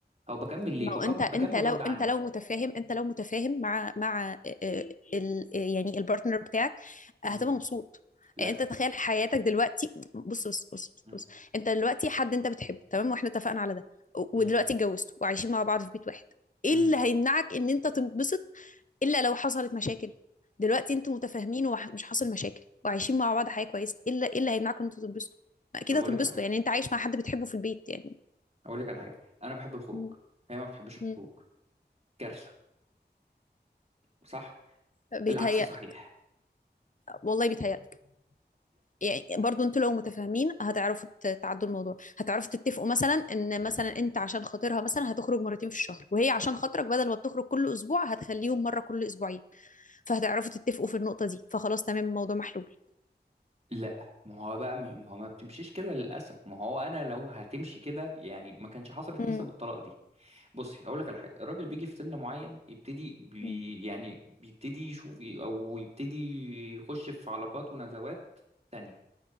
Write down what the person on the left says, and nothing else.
ما
هو انت
انت لو
انت
لو متفاهم انت لو متفاهم مع مع آه، آه، ال يعني البارتنر بتاعك هتبقى
مبسوط
يعني انت تخيل حياتك دلوقتي بص بص بص بص,
بص. انت دلوقتي حد انت بتحبه تمام واحنا اتفقنا على ده و-
ودلوقتي اتجوزتوا وعايشين مع بعض في بيت واحد ايه
اللي هيمنعك ان انت تنبسط الا لو حصلت مشاكل دلوقتي انتوا متفاهمين ومش حاصل مشاكل وعايشين مع بعض حياه كويسه الا ايه اللي هيمنعكم ان انتوا تنبسطوا ما اكيد
هتنبسطوا
يعني انت عايش مع حد بتحبه في البيت يعني
مم.
مم.
بيتهيألك
والله بيتهيألك يعني برضو انتوا لو متفاهمين هتعرفوا ت- تعدوا الموضوع هتعرفوا تتفقوا مثلا ان مثلا انت عشان خاطرها مثلا هتخرج مرتين في الشهر وهي عشان خاطرك بدل ما بتخرج كل اسبوع هتخليهم مره كل اسبوعين فهتعرفوا تتفقوا في النقطه دي فخلاص تمام الموضوع محلول
مم.
مم.